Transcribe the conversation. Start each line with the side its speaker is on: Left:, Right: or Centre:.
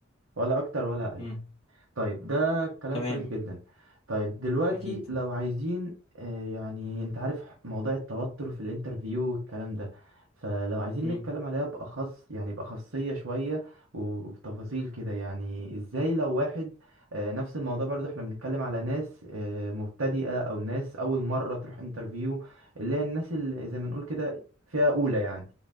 Right: ولا اكتر ولا اقل
Left: امم
Right: طيب ده كلام
Left: تمام
Right: كويس جدا طيب دلوقتي
Left: أكيد
Right: لو عايزين آه، يعني انت عارف موضوع التوتر في الانترفيو والكلام ده فلو عايزين
Left: امم
Right: نتكلم عليها بأخص يعني بأخصية شوية وبتفاصيل كده يعني ازاي لو واحد آه، نفس الموضوع برضو احنا بنتكلم على ناس آه، مبتدئة او ناس اول مرة تروح انترفيو اللي هي الناس اللي زي ما نقول كده فئة اولى يعني